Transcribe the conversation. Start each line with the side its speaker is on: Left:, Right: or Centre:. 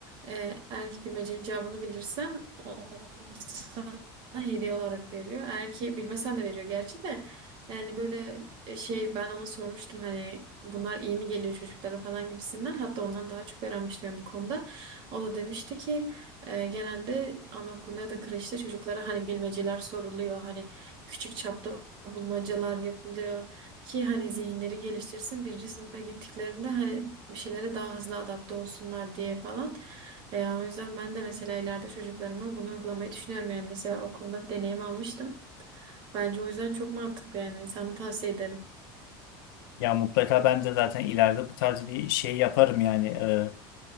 Right: Ee, eğer ki bilmecenin cevabını bilirsem onu sana hediye olarak veriyor. Eğer ki bilmesen de veriyor gerçi de. Yani böyle e, şey ben ona sormuştum hani bunlar iyi mi geliyor çocuklara falan gibisinden. Hatta ondan daha çok öğrenmiştim ben bu konuda. O da demişti ki ee, genelde anaokuluna ya da kreşte çocuklara hani bilmeceler soruluyor. Hani küçük çapta bulmacalar yapılıyor ki hani zihinleri geliştirsin. Birinci sınıfa gittiklerinde hani bir şeylere daha hızlı adapte olsunlar diye falan. Ee, o yüzden ben de mesela ileride çocuklarıma bunu uygulamayı düşünüyorum. Yani mesela okulda bir deneyim almıştım. Bence o yüzden çok mantıklı yani. Sana tavsiye ederim.
Left: Ya mutlaka ben de zaten ileride bu tarz bir şey yaparım yani Ee,